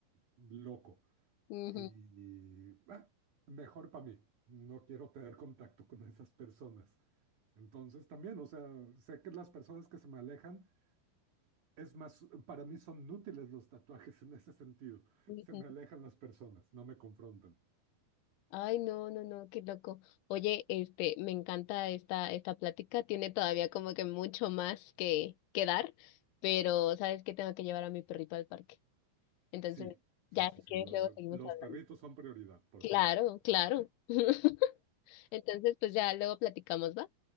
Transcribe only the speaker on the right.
loco.
Y ah, mejor para mí, no quiero tener contacto con esas personas. Entonces también, o sea, sé que las personas que se me alejan, es más, para mí son útiles los tatuajes en ese sentido.
Se me alejan las personas, no me confrontan.
Sí, sí,
sí,
sí.
lo-
los
perritos son prioridad, por
favor.